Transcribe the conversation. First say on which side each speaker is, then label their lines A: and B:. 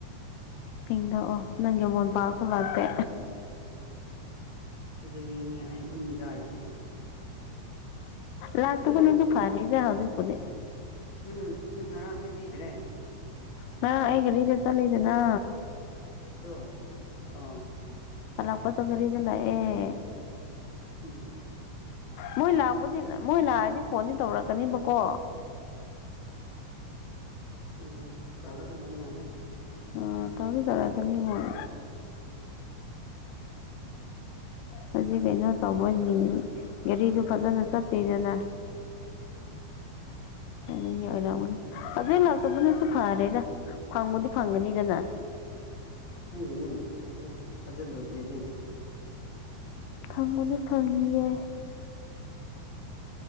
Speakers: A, on the left; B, on the left.
A: ꯁꯦꯡꯗꯣꯛꯑꯣ ꯅꯪꯒꯤ ꯃꯣꯟ ꯄꯥꯛꯁꯨ ꯂꯥꯛꯇꯦ
B: ꯁꯤꯗꯒꯤꯅꯦ ꯑꯩꯅ ꯏ ꯀꯥꯔꯤꯁꯦ
A: ꯂꯥꯛꯇꯕ
B: ꯅꯪ
A: ꯅꯁꯨ ꯐꯔꯦꯗ ꯍꯧꯖꯤꯛꯄꯨꯗꯤ
B: ꯅꯪ ꯅꯪ ꯉꯔꯥꯡ ꯍꯥꯏꯕꯤꯗ꯭ꯔꯦ
A: ꯉꯔꯥꯡ ꯑꯩꯒꯁꯨ ꯈꯔ ꯆꯠꯂꯦꯗꯅꯥ
B: ꯑꯗꯣ ꯑ
A: ꯍꯜꯂꯛꯄꯁꯨ ꯒꯔꯤꯗ ꯂꯥꯛꯑꯦ
B: ꯎꯝ
A: ꯃꯣꯏ ꯂꯥꯛꯄꯗꯤ ꯃꯣꯏ ꯂꯥꯛꯑꯗꯤ ꯐꯣꯟꯗꯤ ꯇꯧꯔꯛꯀꯅꯤꯕꯀꯣ
B: ꯎꯝ ꯇꯧꯔꯛ ꯀꯗꯕ ꯃꯥꯜꯂꯦ
A: ꯑ ꯇꯧꯗꯤ ꯇꯧꯔꯛꯀꯅꯤ ꯃꯣꯏ ꯍꯧꯖꯤꯛ ꯀꯩꯅꯣ ꯇꯧꯕꯒꯤꯅꯤ ꯒꯥꯔꯤꯁꯨ ꯐꯖꯅ ꯆꯠꯇꯦꯗꯅ
B: ꯎꯝ
A: ꯑꯗꯨꯒꯤ ꯑꯣꯏꯔꯝꯒꯅꯤ ꯑꯗꯨ ꯂꯥꯛꯇꯕꯅꯁꯨ ꯐꯔꯦꯗ ꯐꯪꯕꯨꯗꯤ ꯐꯪꯒꯅꯤꯗꯅ
B: ꯈꯪꯗꯦꯅꯦ ꯑꯩꯁꯦ ꯊꯥꯖꯗ꯭ꯔ ꯗ꯭ꯔꯦꯅꯦ
A: ꯐꯪꯕꯗꯤ ꯐꯪꯅꯤꯌꯦ